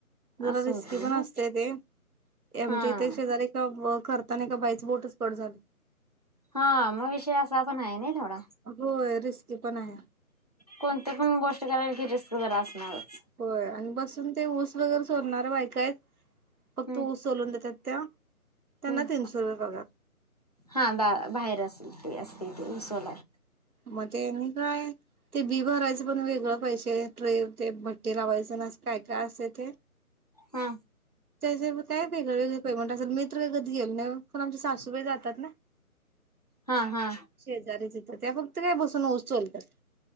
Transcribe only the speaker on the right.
जरा
रिस्की
पण
असतेय ते. ते आमच्या
इथ शेजारी तव करताना एका बाईच बोटच कट झालत.
होय रिस्की पण आहे
होय आणि बसून ते ऊस वगैरे सोलणार बायका हायत. फक्त
ऊस सोलून देतात त्या त्यांना
तीनशे रुपये पगार.
म ते तेनी काय ते बी भरायचं पण वेगळं पैसे ट्रे ते भट्टी लावायचं ना. काय काय असंत ते
त्याजे व्हय काय वेगळे वेगळे पेमेंट असत्यात. मि तर कधी गेल नाही वो पण आमच्या सासूबाई जातात ना.
शेजारी तीथ त्या फक्त काय बसून ऊस सोलतात.